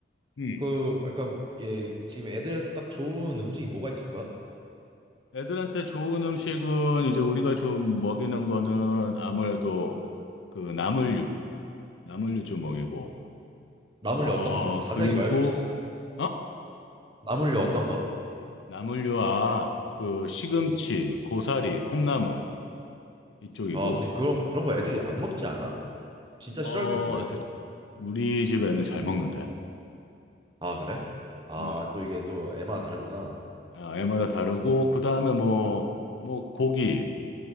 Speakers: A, on the left; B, on the right.
A: 음.
B: 그 약간 얘 지금 애들한테 딱 좋은 음식이 뭐가 있을까?
A: 애들한테 좋은 음식은 이제 우리가 좀 먹이는 거는 아무래도 그 나물류, 나물류 좀 먹이고,
B: 나물류
A: 어,
B: 어떤 거 좀 자세하게
A: 그리고,
B: 말할 수 있어?
A: 어?
B: 나물류 어떤 거?
A: 나물류, 아, 그 시금치, 고사리, 콩나물 이쪽이고,
B: 아, 근데 그런 그런 거 애들이 안 먹지 않아? 진짜
A: 어,
B: 싫어할 것 같은데.
A: 애들, 우리 집에는 잘 먹는데.
B: 아, 그래? 아,
A: 어.
B: 또 이게 또 애마다 다르구나.
A: 아, 애마다 다르고 그 다음에 뭐 뭐 고기